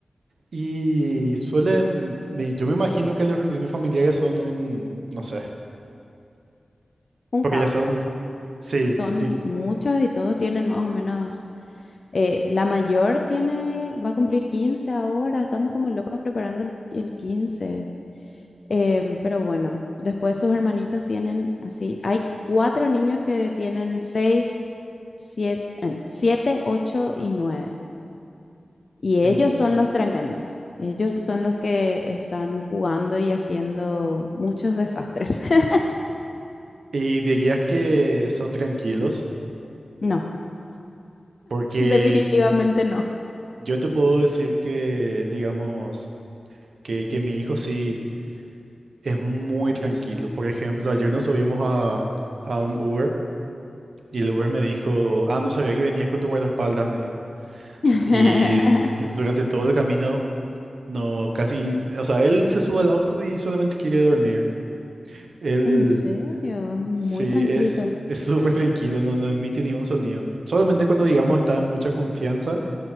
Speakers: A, on the right; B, on the left.
A: Y suelen, me- yo me imagino que las reuniones familiares son un, no sé,
B: <laughs> Un
A: porque
B: caos.
A: ya son, sí,
B: Son
A: di-
B: muchos y todos tienen más o menos, eh, la mayor tiene, va a cumplir 15 ahora. Estamos como locos preparando el, el quince Em, pero bueno, después sus hermanitos tienen así, hay cuatro niños que tienen seis, siete, eh, no, siete, ocho y nueve.
A: sí.
B: Y ellos son los tremendos. Ellos son los que están jugando y haciendo muchos desastres. <laughs>
A: Y dirías que son tranquilos,
B: No,
A: porque
B: definitivamente no.
A: yo te puedo decir que, digamos, que, que mi hijo sí es muy tranquilo. Por ejemplo, ayer nos subimos a, a un Uber Y el Uber me dijo, ah, no sabía que venías con tu guardaespaldas, me dijo.
B: <laughs>
A: Y durante todo el camino, no, casi, o sea, él se sube al auto y solamente quiere dormir. Él,
B: En serio, muy
A: sí,
B: tranquilito.
A: es, es súper tranquilo, no, no emite ni un sonido. Solamente cuando, digamos, está en mucha confianza.